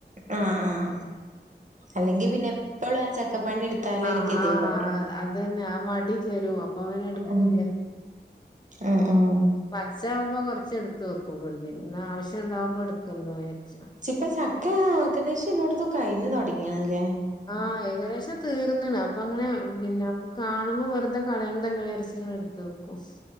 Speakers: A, on the right (about 45°); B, on the left (about 25°).
A: ആഹ ആഹ അല്ലെങ്കി പിന്നെ എപ്പളും ആ ചക്കപ്പണിയെട്ത്താലൊരു
B: ആഹ്
A: ഗതിയെടെല്ലേ?
B: ആഹ് അതന്നെ ആ മടി വരും അപ്പൊ പിന്നെ എടുക്കൂല്യ
A: ഉം ഉം ഉം.
B: പച്ചാകുമ്പോ കൊറച്ചെടുത്ത് വെക്കും ഫ്രിഡ്ജില് ഇന്നാവിശ്യംണ്ടാവുമ്പോ എടുക്കല്ലോജാര്ച്ച്
A: ഷിപ്പ ചക്ക ഏകദേശെല്ലോട്ത്തും കഴിഞ്ഞു തൊടങ്ങീണ്ല്ലേ?
B: ആഹ് ഏകദേശം തീർന്ന്ണ് അഹ്പ്പങ്ങനെ പിന്നെ അ കാണുമ്പോ വെറ്തെ കളയേണ്ടല്ലോജാര്ച്ച് ങ്ങനെട്ത്ത് വെക്കും